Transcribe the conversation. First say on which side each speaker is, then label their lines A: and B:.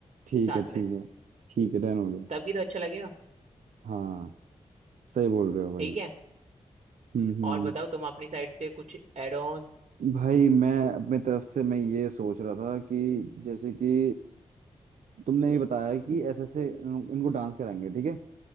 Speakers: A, on the right; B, on the right.
A: ठीक
B: साथ
A: है ठीक
B: में
A: है ठीक है डन हो गया
B: तब भी तो अच्छा लगेगा
A: हाँ सही बोल रहे हो भाई
B: ठीक है
A: हम्म हम्म
B: और बताओ तुम अपनी साइड से कुछ एड ऑन
A: भाई मैं अपने तरफ से मैं ये सोच रहा था कि जैसे कि तुमने ये बताया कि ऐसे ऐसे इन- इनको डांस कराएंगे ठीक है